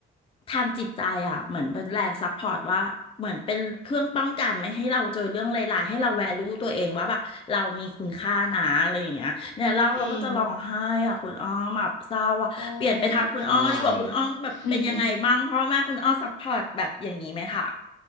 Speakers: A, on the left; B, on the left.
A: ทางจิตใจอ่ะเหมือนเป็นแรงซัพพอร์ตว่าเหมือนเป็นเครื่องป้องกันไม่ให้เราเจอเรื่องร้ายๆให้เราแวลูตัวเองว่าแบบเรามีคุณค่านะอะไรอย่างเงี้ยเนี่ยเล่าเราก็จะร้องไห้อ่ะคุณอ้อมแบบเศร้าอ่ะเปลี่ยนไปทางคุณอ้อดีกว่าคุณอ้อมแบบเป็นยังไงบ้างพ่อแม่คุณอ้อซัพพอร์ตแบบอย่างนี้ไหมคะ
B: จริงโอ้ไม่เป็นไร <laughs>